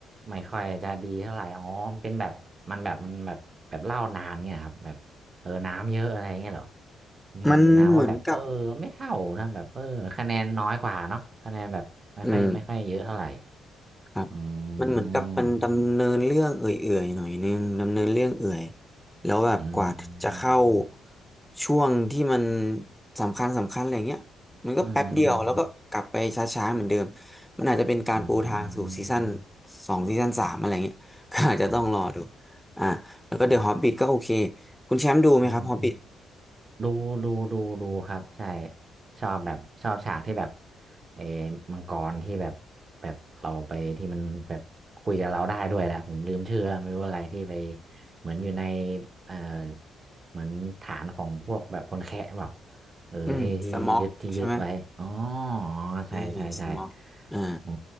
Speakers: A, on the right; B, in the centre.
A: ไม่ค่อยจะดีเท่าไหร่อ๋อมันเป็นแบบมันแบบมันแบบแบบเล่านานเงี้ยครับแบบเออน้ำเยอะอะไรเงี้ยเหรอผมเห็นอยู่นะว่าแบบเออไม่เท่านะแบบเออคะแนนน้อยกว่าเนาะคะแนนแบบไม่ค่อยไม่ค่อยเยอะเท่าไหร่
B: มันเหมือนกับอืม ครับ
A: อื
B: มันเหมือนกับมันดำเนินเรื่องเอื่อยๆหน่อยนึงดำเนินเรื่องเอื่อย
A: ม
B: แล้วแบบกว่าจะเข้า
A: อืม
B: ช่วงที่มันสำคัญสำคัญอะไรเงี้ยมันก็แป๊บเดียวแล้วก็กลับไปช้าๆเหมือนเดิม
A: อืมอืม
B: มันอาจจะเป็นการปูทางสู่ซีซั่น
A: อืมอืม
B: สองซีซั่นสามอะไรเงี้ย
A: เออ
B: <laughs> ก็อาจจะต้องรอดู
A: อ๋อ
B: อ่าแล้วก็เดอะฮอบบิทก็โอเคคุณแชมป์ดูไหมครับฮอบบิท
A: อ๋อ ดูดูดูดูครับใช่ชอบแบบชอบฉากที่แบบเออมังกรที่แบบแบบเราไปที่มันแบบคุยกับเราได้ด้วยแหละผมลืมชื่อแล้วไม่รู้อะไรที่ไปเหมือนอยู่ในเออเหมือนฐานของพวกแบบคนแคะเปล่าเออที่ที่ที่ยึดที่ยึดไว้อ๋อ
B: อืมสม็อกใช่ไหมอืมสม็อกอ่า
A: ใช่ใช่ใช่อ๋อ